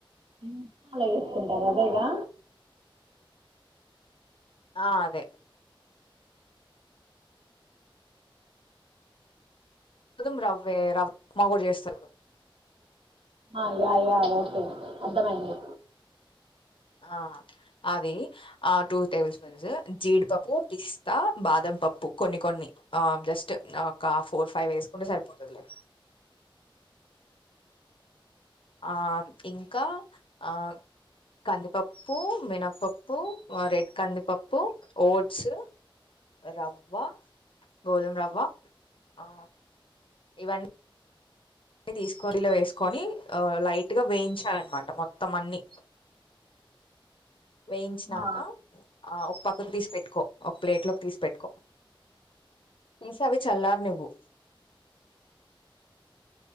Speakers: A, on the right; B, on the left.
A: ఉమ్ చాలా వేసుకుంటారు అదేగా
B: ఆ అదే గోధం రవ్వే రవ్వ రవ్ఉప్మా కుడా చెస్టారు చూడు
A: ఆ యా యా ఓకే అదమైంది
B: ఆ అది ఆ టూ టేబుల్ స్పూన్సు జీడిపప్పు పిస్తా బాదం పప్పు కొన్ని కొన్ని ఆ జస్ట్ ఒక ఫోర్ ఫైవ్ వేసుకుంటే సరిపోతుందిలే ఆ ఇంకా ఆ కందిపప్పు మినపప్పు రెడ్ కందిపప్పు ఓట్స్ రవ్వ గోధుమ రవ్వ ఆ ఇవన్నీ తీసుకొని ఇలా వేసుకొని లైట్గా వేయించాలన్నమాట మొత్తం అన్ని వేయించినాక
A: ఆ
B: ఆ ఒక పక్కకి తీసి పెెట్టుకో ఒక ప్లేట్లోకి తీసి పెెట్టుకో పీజ అవి చల్లారు నీవ్వు